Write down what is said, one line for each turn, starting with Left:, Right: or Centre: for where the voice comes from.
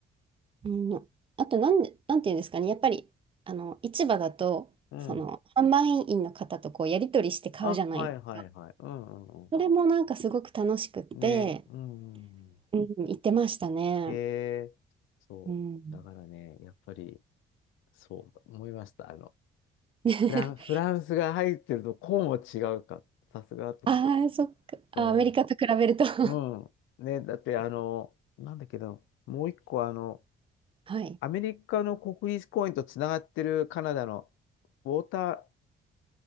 Right: うん、あとなん、なんていうんですかね、やっぱり、あの、市場だと、
Left: うん。
Right: その、販売員の方とこう、やり取りして買うじゃないですか。
Left: あ、はいはいはい。うん、うん、う
Right: それもなんかすごく楽しくって、
Left: ん。ね、うん。
Right: うん、行ってましたね。
Left: へえ、そう。
Right: うん。
Left: だからね、やっぱり、そう思いました。あの、
Right: <laughs>
Left: フラン、フランスが入ってると、こうも違うか。さすがと思って。
Right: ああ、そっか。あアメリカと比べると
Left: そ
Right: <laughs>
Left: う。うん。ね、だって、あの、なんだけど、もう一個、あの、
Right: はい。
Left: アメリカの国立公園とつながってるカナダのウォーター